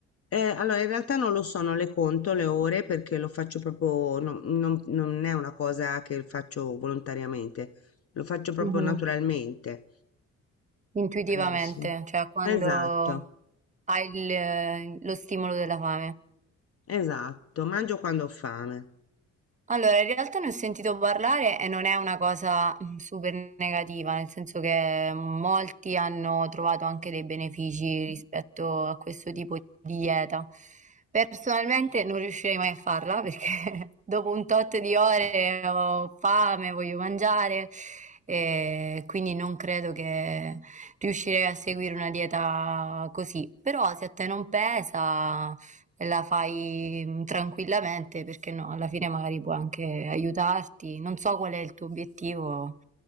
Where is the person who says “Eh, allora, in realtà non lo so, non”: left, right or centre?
Left